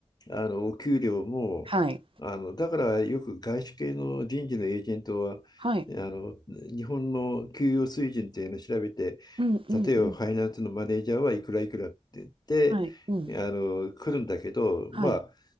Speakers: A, on the left; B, on the right.
A: あのお給料も、
B: はい。
A: あのだからよく外資系の人事のエージェントは、あの日本の給与水準っていうのを調べて、
B: はい。うんうんうん。
A: 例えばファイナンスのマネージャーはいくらいくらって言って、
B: はい。うん。
A: あの来るんだけど、
B: はい。
A: まあ、